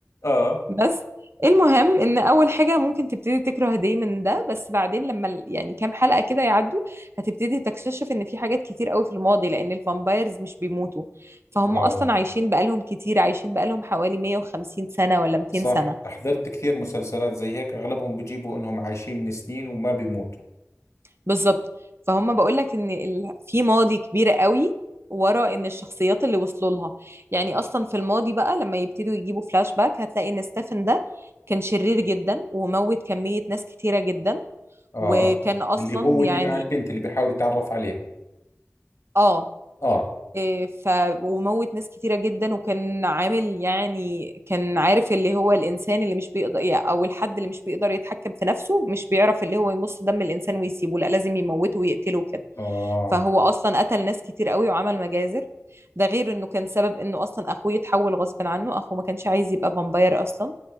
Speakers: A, on the left; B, on the right.
A: اه
B: بس المهم ان اول حاجه ممكن تبتدي تكره دايما من ده بس بعدين لما ال- يعني كام حلقه كده يعدوا هتبتدي تكتشف ان في حاجات كتير قوي في الماضي لان الفامبايرز مش بيموتوا فهم
A: اه
B: اصلا عايشين بقالهم كتير عايشين بقالهم حوالي 150 سنه ولا 200
A: صح
B: سنه
A: حضرت كثير مسلسلات زي هيك اغلبهم بيجيبوا انهم عايشين من سنين وما بيموتوا
B: بالظبط فهم بقول لك ان ال... في ماضي كبير قوي ورا ان الشخصيات اللي وصلوا لها يعني اصلا في الماضي بقى لما يبتدوا يجيبوا فلاش باك هتلاقي ان ستيفن ده كان شرير جدا وموت كمية ناس كتيرة جدا
A: اه
B: وكان اصلا
A: اللي هو
B: يعني
A: اللي مع البنت اللي بيحاول يتعرف عليها
B: اه
A: اه
B: إيه، ف وموت ناس كتيرة جدا وكان عامل يعني كان عارف اللي هو الإنسان اللي مش بيقدر أو الحد اللي مش بيقدر يتحكم في نفسه مش بيعرف اللي هو يمص دم الإنسان ويسيبه لا لازم يموته ويقتله كده
A: اه
B: فهو أصلا قتل ناس كتير قوي وعمل مجازر ده غير إنه كان سبب إنه أصلا أخوه يتحول غصب عنه أخوه ما كانش عايز يبقى فامباير أصلا